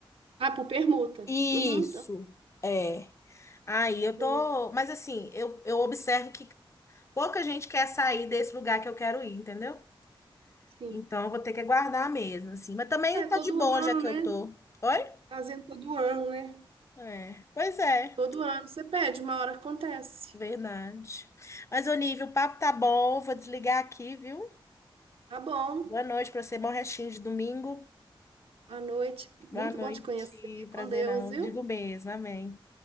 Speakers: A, on the right; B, on the left.
A: Ah, por permuta.
B: Isso,
A: Uhum.
B: é. Aí eu
A: ok,
B: tô. Mas assim, eu, eu observo que pouca gente quer sair desse lugar que eu quero ir, entendeu?
A: Sim.
B: Então, eu vou ter que aguardar mesmo, assim. Mas também
A: É,
B: tá
A: todo
B: de boa,
A: ano,
B: já que
A: né?
B: eu tô. Oi?
A: Fazendo todo ano, né?
B: É, pois é,
A: Todo ano você pede, uma hora acontece.
B: verdade. Mas, Onívio, o papo tá bom, vou desligar aqui, viu?
A: Tá bom.
B: Boa noite pra você, bom restinho de domingo.
A: Boa noite.
B: Boa
A: Muito
B: noite,
A: bom te conhecer.
B: prazerão.
A: Com Deus, viu?
B: Digo mesmo, amém.